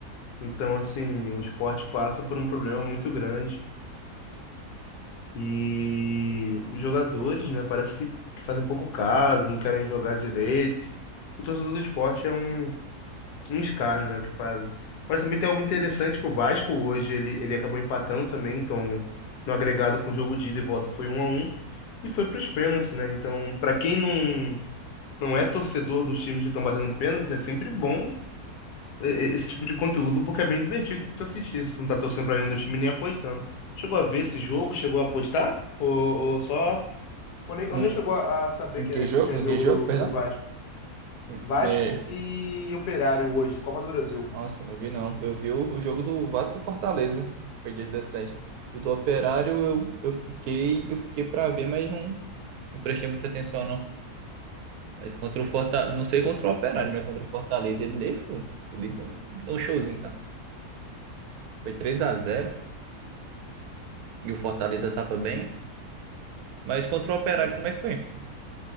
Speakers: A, on the left; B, on the right.
A: Então, assim, o esporte passa por um problema muito grande. E os jogadores, né, parece que que fazem pouco caso, não querem jogar direito. O torcedor do esporte é um Uns caras, né, que fazem. Mas também tem algo interessante que o Vasco hoje ele, ele acabou empatando também, então no agregado com o jogo de ida e volta foi um a um e foi para os pênaltis, né? Então, para quem não não é torcedor dos times que estão batendo pênaltis, é sempre bom eh, eh, esse tipo de conteúdo porque é bem divertido tu assistir. Se tu não tá torcendo para nenhum dos times nem apostando. Chegou a ver esse jogo? Chegou a apostar? Ou, ou só ou nem,
B: Em,
A: ou nem chegou a a saber
B: em
A: que,
B: que
A: é-
B: jogo?
A: que tinha
B: Em
A: jogo
B: que jogo,
A: do,
B: perdão?
A: do Vasco?
B: Em-
A: Vasco
B: me-
A: e Operário hoje, Copa do Brasil.
B: Nossa, eu não vi não. Eu vi o, o jogo do Vasco e Fortaleza, que foi dia dezessete O do Operário eu, eu fiquei, eu fiquei pra ver, mas não, não prestei muita atenção não. Mas contra o Fortaleza, não sei contra o Operário, mas contra o Fortaleza ele deixou. Ele deu, um- deu um showzinho, tá? Foi três a zero e o Fortaleza tava bem. Mas contra o Operário, como é que foi?